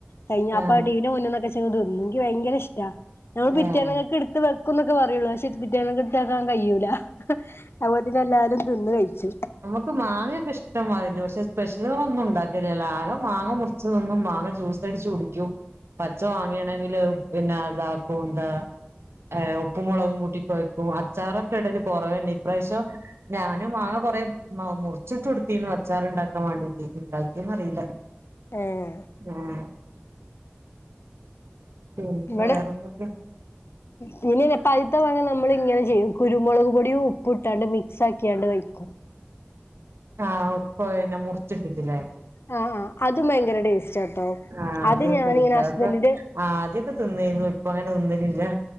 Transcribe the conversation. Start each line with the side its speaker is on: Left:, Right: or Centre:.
Left: കഴിഞ്ഞ് അപ്പം
Right: ഏഹ്
Left: ആ ടി വിൻ്റെ മുന്നീന്നൊക്കെ വെച്ചങ്ങ് തിന്നും എനിക്ക് ഭയങ്കര ഇഷ്ട നമ്മള് പിറ്റേന്നെക്കെ
Right: ഏഹ്
Left: കിട്ക് ത്ത് വെക്കൂന്നെക്കെ പറയുള്ളൂ പക്ഷെ പിറ്റേന്നക്ക് എടുത്ത് വെക്കാൻ കഴിയൂല അത്പോൽ തന്നെ എല്ലാരും തിന്ന് കഴിച്ചും
Right: പ്പം മാങ്ങൊക്കെ ഇഷ്ടം മാതിരി ഉണ്ട് പക്ഷെ സ്പെഷ്യല്കളൊന്നും ഉണ്ടാക്കലില്ല ആകെ മാങ്ങ മുറിച്ച് തിന്നും മാങ്ങ ജ്യൂസ് സടിച്ച് കുടിക്കും പച്ച മാങ്ങയാണെങ്കില് പിന്നെ ഇതാക്കും എന്താ ഏയ് ഉപ്പും മൊളകും കൂട്ടി കൊയക്കും അച്ചാറൊക്കെ ഇടല് കൊറവെന്നെ ഇപ്രാവശ്യം ഞാനും മാങ്ങ കൊറേ മ മുറിച്ചിട്ട് കൊടുത്തീനു അച്ചാറ് ഉണ്ടാക്കാൻ വേണ്ടി എന്ത് ഉണ്ടാക്കിയോന്ന് അറിയില്ല
Left: ഏഹ്
Right: ഉം പിന്നെ
Left: ഇവിടെ
Right: വേറെന്തൊക്കെയാ
Left: പിന്നെ ഇല്ലേ പഴ്ത്ത മാങ്ങ നമ്മള് ഇങ്ങനെ ചെയ്യും കുരുമൊളക് പൊടിയും ഉപ്പും ഇട്ടാണ്ട് മിക്സ് ആക്കിയാണ്ട് വെയ്ക്കും
Right: ആഹ് ഉപ്പ് പിന്നെ മുറിച്ചിട്ടിട്ട്ല്ലേ
Left: ആഹ് ആഹ് അതും ഭയങ്കര ടേസ്റ്റാട്ടോ
Right: ആഹ്
Left: അത് ഞാനിങ്ങനെ
Right: തേച്ച
Left: ഹസ്ബൻ്റിൻ്റെ
Right: അതിപ്പോ ആദ്യൊക്കെ തിന്നു ആര്ന്നു ഇപ്പം അങ്ങനെ തിന്നലില്ല